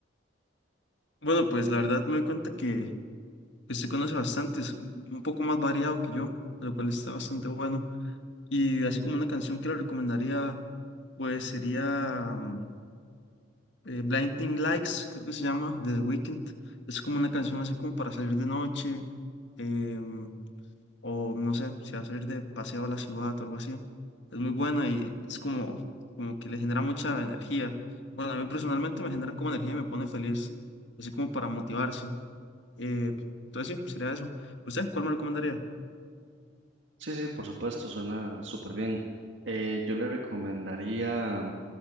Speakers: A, on the left; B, on the right.
A: Bueno, pues la verdad me doy cuenta que Usted conoce bastantes, un poco más variado que yo, lo cual está bastante bueno. Y así como una canción que le recomendaría, pues sería mm, eh, Blinding Lights, creo que se llama, de The Weeknd. Es como una canción así como para salir de noche, em, o no sé, si va a salir de paseo a la ciudad o algo así. Es muy buena y es como, como que le genera mucha energía. Bueno, a mí personalmente me genera como energía y me pone feliz, así como para motivarse. Eh, entonces sí, sería eso. ¿Usted cuál me recomendaría?
B: Sí, sí, por supuesto, suena súper bien. Eh, yo le recomendaría,